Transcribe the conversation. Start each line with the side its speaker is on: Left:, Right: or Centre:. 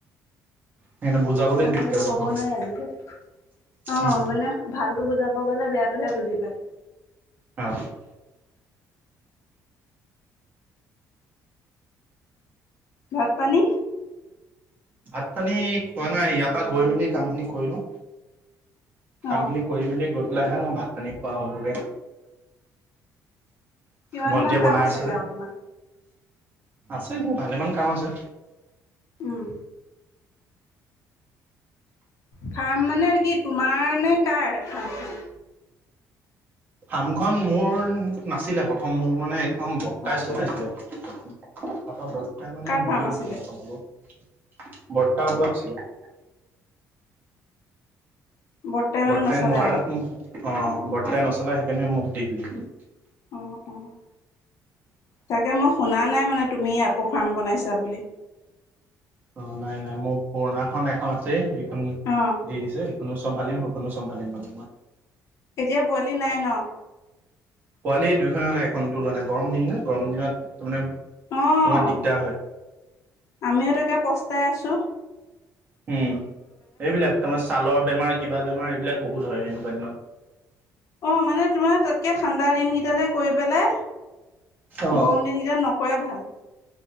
Right: সেইকাৰণে বুজাবলৈ
Left: মানুহে
Right: দিগদাৰ
Left: একো
Right: মানুহক
Left: ক'ব নোৱাৰে আজিকালি। অ'!
Right: উম
Left: মানে ভালটো বুজাব গ'লে, বেয়াটোহে বুজি পায়।
Right: অ'!
Left: ভাত পানী।
Right: ভাত, পানী খোৱা নাই ইয়াৰ পৰাা গৈ মেলি কাম খিনি কৰি লো কাম
Left: অ
Right: খিনি কৰি মেলি গৈ পেলাইহে মই ভাত পানী খোৱা হ'বগে।
Left: কিমান
Right: ভন্টিয়ে
Left: মান কাম
Right: বনাই
Left: আছেগে
Right: আছে যে
Left: আৰু তোমাৰ
Right: আছে মোৰ ভালেমান কাম আছে।
Left: উ'ম। ফাৰ্ম মানে কি তোমাৰ নে কাৰ ফাৰ্ম খন?
Right: ফাৰ্মখন মোৰ নাছিলে প্ৰথম মোৰ মানে এইখন বৰ্তাই
Left: অ
Right: চলাইছিলে। তাৰপা বৰ্তাই মানে
Left: কাৰ
Right: নোৱাৰা
Left: ফাৰ্ম আছিলে
Right: হল চলাব বৰ্তা ভাগ আছিলে।
Left: বৰ্তমান
Right: বৰ্তাই
Left: নচলে
Right: নোৱাৰাত,
Left: আৰু
Right: অ' বৰ্তাই নচলা সেইকাৰণে মোক দি দিলে।
Left: অ', অ' তাকে মই শুনা নাই মানে তুমি আকৌ ফাৰ্ম বনাইছা বুলি।
Right: অ' নাই, নাই মোৰ পুৰণাখন এখন আছেই সেইখন
Left: অ'।
Right: দি দিছে। এইখনো চম্ভালীম সেইকনো চম্ভালী লম মানে মই।
Left: এতিয়া পোৱালি নাই ন।
Right: পোৱালি দুইখন এখনতো লোৱা নাই, গৰম দিন ন গৰম দিনত তাৰমানে তোমাৰ
Left: অঁ
Right: দিগদাৰ হয়।
Left: আমিও তাকে পস্তাই আছোঁ।
Right: উ'ম, এইবিলাক তাৰমানে ছালৰ বেমাৰ কিবা বেমাৰ এইবিলাক বহুত হয় এনেকুৱা দিনত।
Left: অ' মানে তোমাৰ তাতকৈ ঠাণ্ডা দিনকেইটাতে কৰি পেলাই গৰম
Right: অ
Left: দিনকেইটা ন। কৰাই ভাল।